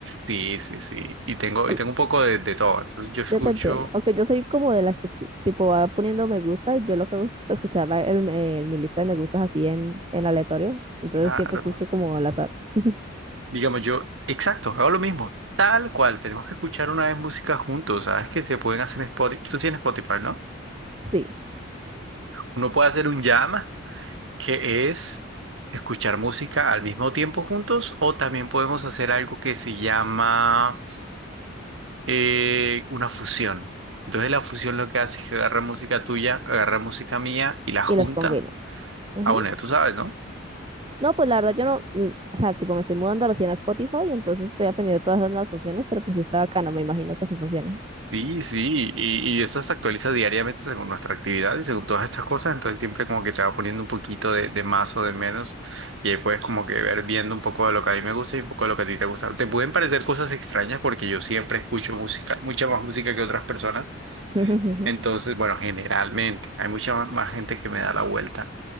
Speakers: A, on the right; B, on the right.
A: sí, sí, sí. Y tengo,
B: Por-
A: y tengo un poco de, de todo. Entonces yo escucho,
B: Yo te entiendo. Aunque yo soy como de las que ti- tipo va poniendo me gusta y yo lo que hago es escuchar la- el- el- mi lista de me gustas así en, en aleatorio. Entonces
A: claro,
B: siempre escucho como al azar. <laughs>
A: digamos yo, exacto, hago lo mismo, tal cual. Tenemos que escuchar una vez música juntos, ¿sabes? Que se pueden hacer en Spotify. Tú tienes Spotify, ¿no?
B: Sí.
A: Uno puede hacer un jam que es escuchar música al mismo tiempo juntos o también podemos hacer algo que se llama eh, una fusión. Entonces la fusión lo que hace es que agarra música tuya, agarra música mía y la junta.
B: y las combina. Ujú.
A: Ah, bueno, ya tú sabes, ¿no?
B: No, pues la verdad yo no, mm, o sea, tipo me estoy mudando recién a Spotify, entonces estoy aprendiendo todas las nuevas funciones, pero pues sí está bacano, me imagino que así funciona.
A: Sí, sí, y, y eso se actualiza diariamente según nuestra actividad y según todas estas cosas, entonces siempre como que te va poniendo un poquito de, de más o de menos y ahí puedes como que ver viendo un poco de lo que a mí me gusta y un poco de lo que a ti te gusta. Te pueden parecer cosas extrañas porque yo siempre escucho música, mucha más música que otras personas,
B: <laughs>
A: entonces bueno, generalmente hay mucha más gente que me da la vuelta,